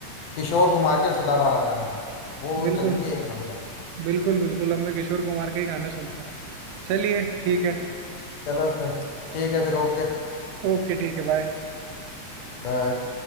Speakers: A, on the left; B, on the right.
A: किशोर कुमार के सदाबहार गाने वो
B: बिल्कुल
A: चलेंगे एक नंबर
B: बिल्कुल बिल्कुल अब मैं किशोर कुमार के ही गाने सुनता हूँ चलिए ठीक है
A: चलो फिर ठीक है फिर ओके
B: ओके ठीक है बाय
A: बाय